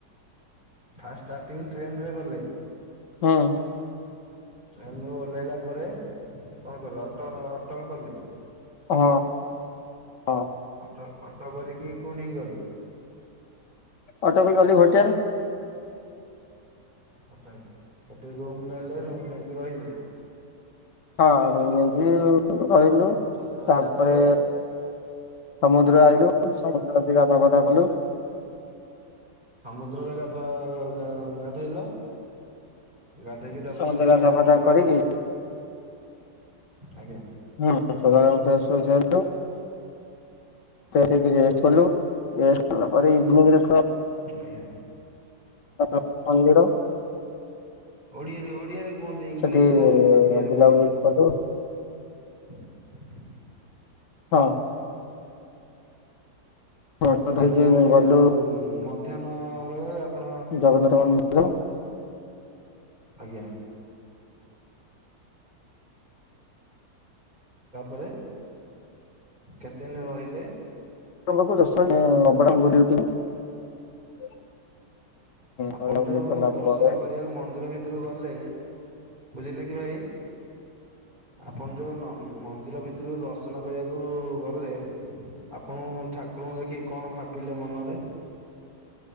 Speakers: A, on the right (about 25°); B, on the left (about 80°).
A: ଫାଷ୍ଟ ଷ୍ଟାର୍ଟିଂ ଟ୍ରେନରେ ଗଲେ
B: ହଁ।
A: ଟ୍ରେନ ରୁ ଓହ୍ଲାଇଲା ପରେ କଣ କଲ ଅଟ ଅଟ କଲେ।
B: ହଁ ହଁ।
A: ଅଟୋ ଅଟୋ କରିକି କୋଉଠିକି ଗଲେ?
B: ଅଟୋକ ଗଲି ହୋଟେଲ।
A: ହୋଟେଲ ସେଠି ରୁମ ନେଲେ ରୁମ ନେଇକି ରହିଲେ।
B: ହଁ ରୁମ ନେଇକି ରହିଲୁ
A: ରୁମ୍ ନେଇକି ରହିଲା
B: ତାପରେ
A: ପରେ
B: ସମୁଦ୍ର ଆଇଲୁ ସମୁଦ୍ର ଆସିିକି ଗାଧାପାଧା କଲୁ।
A: ସମୁଦ୍ରରେ ଗାଧ ଗାଧୋଇଲ। ଗାଧେଇକି ତାପରେ
B: ସମୁଦ୍ର
A: ଶୌଚାଳୟ
B: ଗାଧା ପାଧା
A: ଗଲ
B: କରିକି
A: ଗାଧେଇବା ପାଇଁ? ଆଜ୍ଞା।
B: ହୁଁ <inaudible> ଆସିକି ରେଷ୍ଟ କଲୁ। କଲା ପରେ ଇଭିନିଙ୍ଗ
A: ଆଜ୍ଞା
B: <unintelligible> ମନ୍ଦିର।
A: ଓଡିଆରେ ଓଡିଆରେ କୁହନ୍ତୁ ଇଂଲିଶ
B: ସେଠି
A: କୁହନ୍ତୁନି ଓଡିଆରେ
B: ବୁଲାବୁଲି
A: କୁହନ୍ତୁ।
B: କଲୁ
A: <inaudible>
B: ହଁ। ଅଟୋ
A: ମାନେ
B: <unintelligible>
A: ଏ
B: ଗଲୁ
A: ଯୋଉ ମଧ୍ୟାହ୍ନ ବେଳେ ଆପଣ
B: ଜଗନ୍ନାଥ ମ ହାଲୋ।
A: ଆଜ୍ଞା। ତାପରେ କେତେଦିନ ରହିଲେ?
B: ପାଖକୁ ଦର୍ଶନ <unintelligible>
A: ଆପଣ
B: ବୁଲାବୁଲି
A: ଯୋଉ
B: କଲା
A: ଦର୍ଶନ
B: ପରେ
A: କରିବାକୁ ମନ୍ଦିର ଭିତରକୁ ଗଲେ ବୁଝିଲେ କି ଭାଇ ଆପଣ ଯୋଉ ନ ମ ମନ୍ଦିର ଭିତରୁ ଦର୍ଶନ କରିବାକୁ ଗଲେ ଆପଣ ଠାକୁରଙ୍କୁ ଦେଖିକି କଣ ଭାବିଲେ ମନରେ?